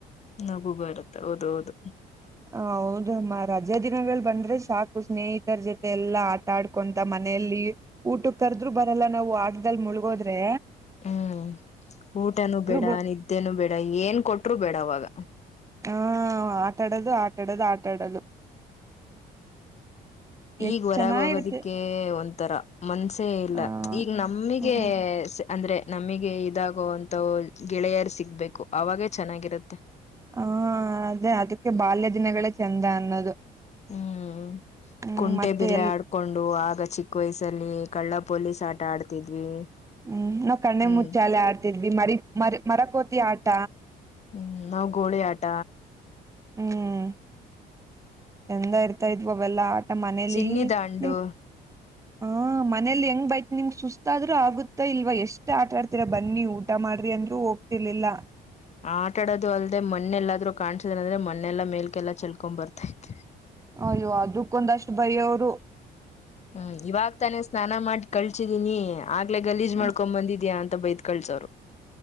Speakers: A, on the left; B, on the right.
A: ನಗು ಬರುತ್ತೆ ಹೌದ ಹೌದು
B: ಹೌದಮ್ಮ ರಜೆಾ ದಿನಗಳು ಬಂದ್ರೆ ಸಾಕು ಸ್ನೇಹಿತರ ಜೊತೆ ಎಲ್ಲಾ ಆ ಆಡ್ಕೊಂತ ಮನೆಯಲ್ಲಿ ಊಟ ಕರ್ದ್ರರು ಬರಲ್ಲ ನಾವು ಆಟದಲ್ಲಿ ಮುಳಗೋದ್ರೆ
A: ಹ್ಮ್ ಊಟನೂ ಬೇಡ
B: ಬ
A: ನಿದ್ದೆನು ಬೇಡ ಏನ್ ಕೊಟರು ಬೇಡ ಅವಾಗ
B: ಹಾ ಆಟಾಡೋದು ಆಟಾಡೋದು ಆಟ ಆಡದು
A: ಈಗ
B: ಎಷ್ಟ್
A: ಹೊರಗ
B: ಚೆನ್ನಾಗಿರುತ್ತೆ
A: ಹೋಗೋದಿಕ್ಕೆ ಎ ಒಂಥರ ಮನ್ಸೇ ಇಲ್ಲ.
B: ಹ
A: ಈಗ ನಮಿಗೆ
B: ಹ್ಮ್
A: ಅಂದ್ರೆ, ನಮಗೆ ಇದಾಗೋ ಅಂಥ ಗೆಳೆಯರು ಸಿಗ್ಬೇಕು ಅವಾಗೇ ಚೆನ್ನಾಗಿರತ್ತೆ.
B: ಹ ಅದೇ ಅದಕ್ಕೆ ಬಾಲ್ಯ ದಿನಗಳೇ ಚಂದ ಅನ್ನೋದು.
A: ಹ್ಮ್.
B: ಹ್ಮ್
A: ಕುಂಟೆ
B: ಮತ್ತೆ
A: ಬೆಲೆೆ
B: ಎಲ್
A: ಆಡ್ಕೊಂಡು, ಆಗ ಚಿಕ್ಕ ವಯಸ್ಸಲ್ಲಿ ಕಳ್ಳ ಪೊಲೀಸ್ ಆಟ ಆಡ್ತಿದ್ವಿ. <inaudible>
B: ಹ್ಮ ಕಣ್ಣೆ
A: ಹ್ಮ್
B: ಮುಚ್ಚೆ ತಿದ್ವಿ ಮರಿ ರ್ ಮರಕೋತಿ ಆಟ.
A: ಹ್ಮ್ ನಾವು ಗೋಳಿ ಆಟ.
B: ಹ್ಮ್ ಚಂದ ಇರ್ತಾ ಇದ್ವ ಅವೆಲ್ಲಾ ಆ ಟ ನಮ್ಮ ಮನೇಲಿ
A: ಚಿನ್ನಿ ದಾಂಡು
B: ನಿಮ್ ಹಾ ಮನೇಲಿ ಹೆಂಗ್ ಬೈತ್ ನಿಮ್ಗ್ ಸುಸ್ತಾದ್ರೂ ಆಗುತ್ತ ಇಲ್ವಾ. ಎಷ್ಟ್ ಆಟ ಆಡ್ ತ್ರ ಬನ್ನಿ ಊಟ ಮಾಡ್ರಿ ಅಂದ್ರು ಹೋಗ್ತಿರ್ಲಿಲ್ಲ.
A: ಆಟ ಆಡೋದು ಅಲ್ದೆ ಮಣ್ಣೆಲ್ಲಾದ್ರೂ ಕಾಣ್ಸಿದ ಅಂದ್ರೆ ಮನೆೆಲ್ಲ ಮೇಲ್ಕೆಲ್ಲ ಚೆಲ್ಕೊಂಡ್ ಬರ್ತೈದ್ವಿ.
B: ಅಯ್ಯೋ ಅದಕ್ಕೊಂದಷ್ಟು ಬಯ್ಯೋವ್ರು.
A: ಹ್ಮ್ ಇವಾಗ ತಾನೇ ಸ್ನಾನ ಮಾಡಿ. ಕಳ್ಸಿದೀನಿ ಹಾಗ್ಲೇ ಗಲೀಜ್
B: ಹ್ಮ್
A: ಮಾಡ್ಕೊಂಡ್ ಬಂದಿದ್ಯಾ ಅಂತ ಬೈದ್ ಕಳ್ಸೋರು.